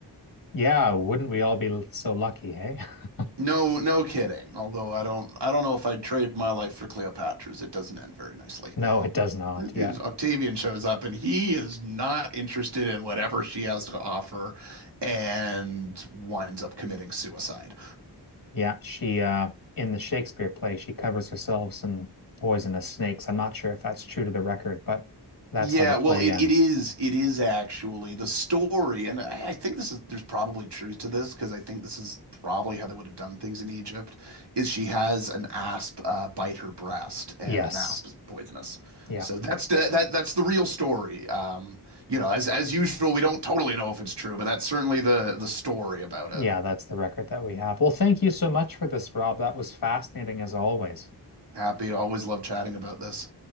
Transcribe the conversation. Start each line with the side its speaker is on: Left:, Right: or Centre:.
Left: Yeah, wouldn't we all be l- so lucky, hey? <laughs>
Right: No, no kidding. Although I don't I don't know if I'd trade my life for Cleopatra's. It doesn't end very nicely.
Left: No, it does not.
Right: <laughs>
Left: Yeah,
Right: Octavian shows up and he is not interested in whatever she has to offer and winds up committing suicide.
Left: yeah. She uh, in the Shakespeare play, she covers herself in poisonous snakes. I'm not sure if that's true to the record, but that's
Right: Yeah,
Left: how the play
Right: well, it,
Left: ends.
Right: it is it is actually the story, and I, I think this is there's probably truth to this because I think this is probably how they would have done things in Egypt, is she has an asp uh, bite her breast, and
Left: Yes,
Right: an asp is poisonous,
Left: yeah,
Right: so that's
Left: ex
Right: the that that's the real story. Um, you know, as as usual, we don't totally know if it's true, but that's certainly the the story about
Left: yeah.
Right: it.
Left: That's the record that we have. Well, thank you so much for this, Rob. That was fascinating as always.
Right: Happy, always love chatting about this.